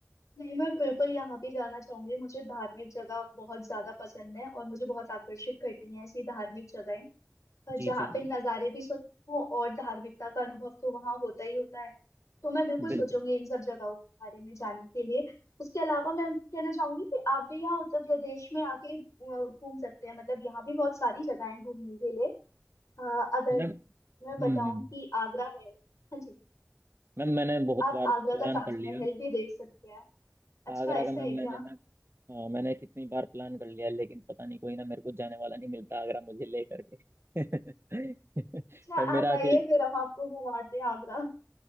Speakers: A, on the left; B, on the right.
A: नहीं मैं बिल्कुल यहाँ भी जाना चाहूंगी मुझे धार्मिक जगह बहुत ज्यादा पसंद है और मुझे बहुत आकर्षित करती हैं ऐसी धार्मिक जगहें और
B: जी
A: जहाँ
B: जी जी
A: पे नज़ारे भी सुंदर हो और धार्मिकता का अनुभव तो वहाँ होता ही होता है तो मैं बिल्कुल
B: बिल्कुल
A: सोचूंगी इन सब जगहों के बारे में जाने के लिए उसके अलावा मैं कहना चाहूंगी कि आप भी यहाँ उत्तर प्रदेश में आके अ, घूम सकते हैं मतलब यहाँ भी बहुत सारी जगहें हैं घूमने के लिए हाँ अगर
B: मैम हम्म
A: मैं बताऊं
B: हम्म
A: कि आगरा है हाँ जी
B: मैम मैंने बहुत
A: आप
B: बार प्लान
A: आगरा का ताजमहल
B: कर लिया
A: भी देख सकते हैं अच्छा
B: आगरा
A: ऐसा
B: का मैम
A: है क्या
B: मैंने ना अ, मैंने कितनी बार प्लान कर लिया लेकिन पता नहीं कोई ना मेरे को जाने वाला नहीं मिलता आगरा मुझे ले करके <laughs>
A: अच्छा
B: और मेरा
A: आप आइए
B: अकेले
A: फिर हम आपको घुमाते हैं आगरा